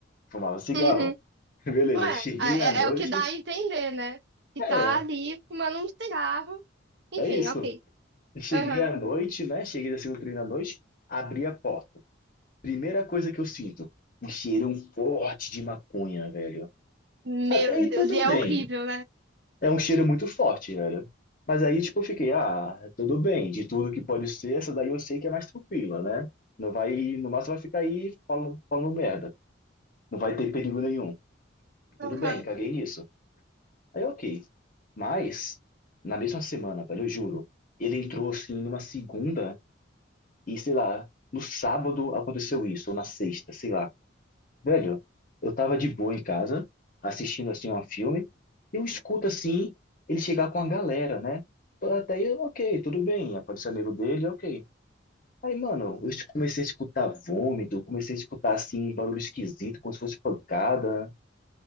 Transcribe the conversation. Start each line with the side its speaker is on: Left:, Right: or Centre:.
Left: Fumava cigarro.
Right: uhum.
Left: <laughs> Beleza,
Right: Ué,
Left: cheguei
Right: a- é,
Left: à noite,
Right: é o que dá a entender, né? Que
Left: é,
Right: tá ali fumando um cigarro. Enfim,
Left: é isso.
Right: ok.
Left: Cheguei
Right: Aham.
Left: à noite, né? Cheguei assim no treino à noite, abri a porta. Primeira coisa que eu sinto, um cheirão forte de maconha, velho.
Right: Meu
Left: Até aí
Right: Deus,
Left: tudo
Right: e é
Left: bem,
Right: horrível, né?
Left: É um cheiro muito forte, velho. Mas aí, tipo, eu fiquei, ah, tudo bem, de tudo que pode ser, essa daí eu sei que é mais tranquila, né? Não vai, no máximo vai ficar aí falando, falando merda. Não vai ter perigo nenhum. Tudo
Right: Aham.
Left: bem, caguei nisso. Aí, ok. Mas, na mesma semana, velho, eu juro, ele entrou assim numa segunda e, sei lá, no sábado aconteceu isso, ou na sexta, sei lá. Velho, eu tava de boa em casa, assistindo assim um filme, e eu escuto assim ele chegar com a galera, né? Até aí, ok, tudo bem, aparece amigo dele, ok. Aí, mano, eu es- comecei a escutar vômito, comecei a escutar assim barulho esquisito, como se fosse pancada,